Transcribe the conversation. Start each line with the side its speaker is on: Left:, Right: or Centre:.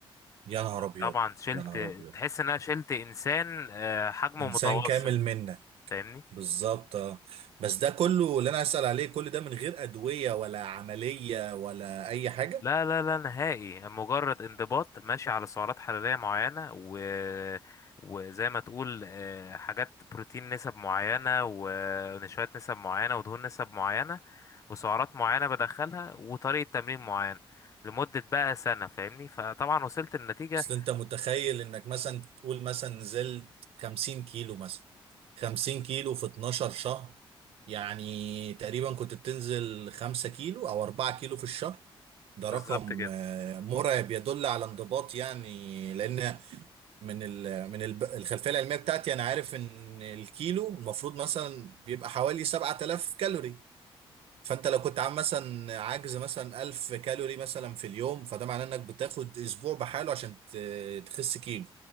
Right: يا نهار ابيض
Left: طبعا شلت
Right: يا نهار ابيض
Left: تحس ان انا شلت انسان آه، حجمه
Right: انسان
Left: متوسط
Right: كامل منا
Left: فاهمني
Right: بالظبط اه بس ده كله اللي انا عايز اسال عليه كل ده من غير ادويه ولا عمليه ولا اي حاجه
Left: لا لا لا نهائي مجرد انضباط ماشي على سعرات حرارية معينة و وزي ما تقول آه، حاجات بروتين نسب معينة ونشويات نسب معينة ودهون نسب معينة وسعرات معينة بدخلها وطريقة تمرين معينة لمدة بقى سنة فاهمني فطبعا وصلت النتيجة
Right: اصل انت متخيل انك مثلا تقول مثلا نزلت 50 كيلو مثلا 50 كيلو في 12 شهر يعني تقريبا كنت بتنزل 5 كيلو او 4 كيلو في الشهر ده
Left: بالظبط
Right: رقم
Left: كده
Right: آه، مرعب يدل على انضباط يعني لان من ال من ال- الخلفيه العلميه بتاعتي انا عارف ان الكيلو المفروض مثلا بيبقى حوالي 7000 كالوري فانت لو كنت عامل مثلا عجز مثلا 1000 كالوري مثلا في اليوم فده معناه انك بتاخد اسبوع بحاله عشان ت- تخس كيلو